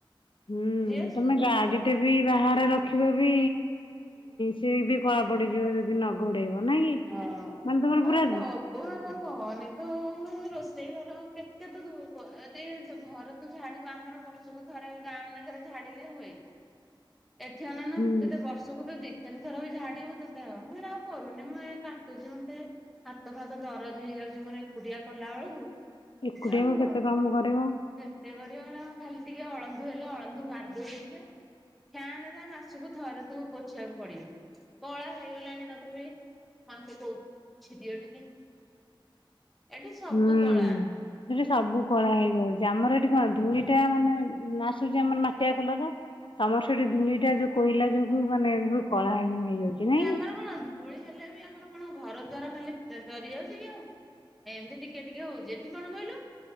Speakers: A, on the left; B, in the centre.
A: ହୁଁ
B: ଯିଏ ସିଏ
A: ତମେ
B: ଧୁଆ
A: ଗାଡି
B: ଧୁଇ କରି
A: ଟେ ବି ବାହାରେ ରଖିବ ବି ସେ ବି କଳା ପଡିଯିବ ଯଦି ନ ଘୋଡେଇବ ନାଇଁ କି
B: ହଁ
A: ମାନେ ତମର ପୁରା
B: ସବୁ ସେରା କହନି ତୁ। ରୋଷେଇ ଘର କେତେ ତୁ ଧୋଇ ଘର ତୁ ଝାଡିବୁ ଆମର ବର୍ଷକୁ ଥରରେ ଗାଁ ମାନକରେ ଝାଡ଼ିଲେ ହୁଏ। ଏଠି ଅନଉନୁ
A: ହୁଁ
B: ଯଦି ବର୍ଷକୁ ଦି ତିନି ଥର ବି ଝାଡିବୁ ତତେ ହବ। ମୁଁ ସେରା ଆଉ କରୁନି ମୁଁ ଏ କାଟୁଛି ମତେ। ହାତ ଫାତ ଦରଜ ହେଇଯାଉଛି ମୋର ଏକୁଡିଆ କଲା ବେଳକୁ।
A: ଏକୁଟିଆକୁ
B: ନା ମୁ କରୁନି।
A: କେତେ କାମ କରିବ
B: କେତେ କରିବାର ଖାଲି ଟିକେ ଅଳନ୍ଦୁ ହେଲେ ଅଳନ୍ଦୁ ମାରିଦଉଛି ଟିକେ। ଫ୍ୟାନ ତା ମାସକୁ ଥରେ ତୁ ପୋଛିବାକୁ ପଡିବୁ କଳା ହେଇଗଲା। ତଥାପି ଆଙ୍କୁ କହୁ ପୋଛି ଦିଅ ଟିକେ। ଏଠି ସବୁ
A: ହୁଁ
B: କଳା
A: ସେଠି ସବୁ କଳା ହେଇଯାଉଛି ଆମର ଏଠି କଣ ଧୁଳିଟା ମାନେ ନା ଆସୁଛି ଆମର ମାଟିଆ କଲରର। ତମର ସେଠି ଧୂଳିଟା ଯୋଉ କୋଇଲା ଯୋଗୁ ମାନେ ବୋହୁତ କଳା ହେଇଯାଉଛି। ନାଇଁ
B: ଯେ ଆମର କଣ ଧୂଳି ହେଲେ ବି ଆମର କଣ ଘର ଦ୍ଵାର ଖାଲି ଚରି ଯାଉଛି କି ଆଉ। ଏମିତି ଟିକେ ଟିକେ ହଉଛି ଏଠି କଣ କହିଲୁ।